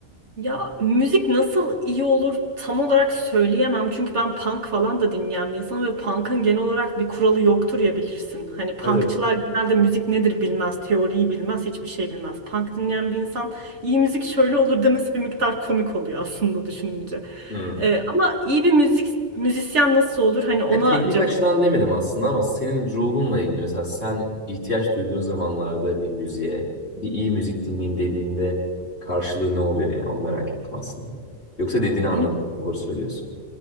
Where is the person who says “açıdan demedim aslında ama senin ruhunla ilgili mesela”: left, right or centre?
Left